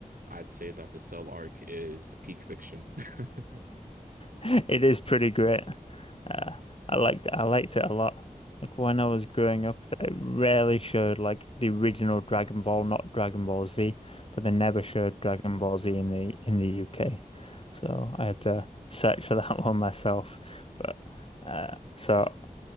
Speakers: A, on the right; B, on the left.
A: I'd say that the Cell arc is peak fiction. <laughs>
B: <laughs> It is pretty great. Uh, I liked I liked it a lot. Like when I was growing up, they rarely showed like the original Dragon Ball, not Dragon Ball Z, but they never showed Dragon Ball Z in the in the UK. So I had to search for that <laughs> one myself. But uh, so.